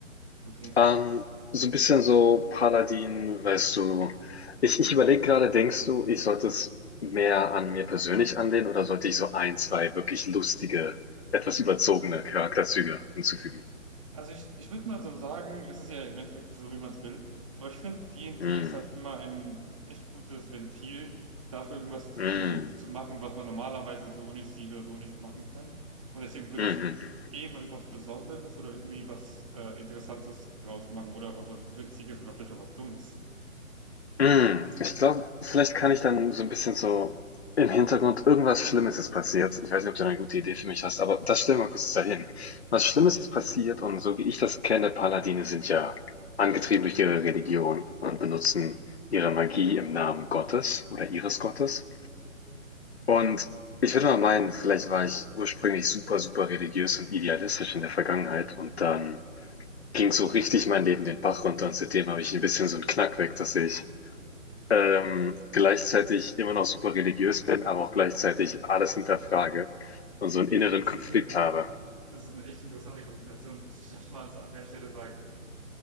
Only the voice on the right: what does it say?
Okay.
Also ich, ich würde mal so sagen, es ist ja im Endeffekt so, wie man es will. Aber ich finde, D und D&D
ist halt immer ein echt gutes Ventil dafür, irgendwas
zu, zu machen, was man normalerweise so nicht sieht oder so nicht machen kann. Und deswegen würde
ich eh mal irgendwas Besonderes oder irgendwie was äh, Interessantes draus machen oder auch was Witziges oder vielleicht auch was Dummes.
Okay,
das
ist eine,
das ist eine echt interessante Kombination, muss ich erstmal an der Stelle sagen.